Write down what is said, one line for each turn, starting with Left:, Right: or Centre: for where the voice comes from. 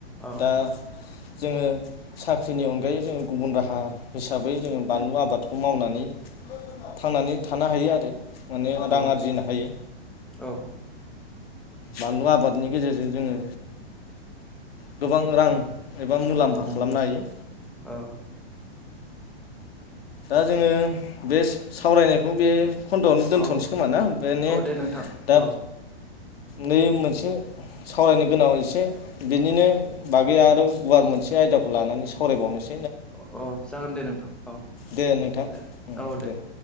Centre: औ
Left: दा जोङो साख्रिनि अनगायै जोङो गुबुन राहा हिसाबै जोङो बानलु आबादखौ मावनानै थांनानै थानो हायो आ रो रां
Centre: औ
Left: आरजिनो हायो
Centre: औ
Left: बानलु आबादनि गेजेरजों जोङो गोबां रां एबा मुलाम्फा
Centre: उम
Left: खालामनो हायो
Centre: औ
Left: दा जोङो बेस सावराय <unintelligible> बे खन्द'आवनो दोन्थ'नोसै
Centre: आ औ
Left: खोमा ना बेनो
Centre: औ दे नोंथां
Left: दा
Centre: औ
Left: नै मोनसे सावरायनो गोनां एसे बिनिनो बागै आरो गुवार मोनसे आयदाखौ लानानै सावरायबावनोस
Centre: अ अ जागोन दे नोंथां औ
Left: दे नोंथां
Centre: दे
Left: ओम
Centre: औ
Left: दे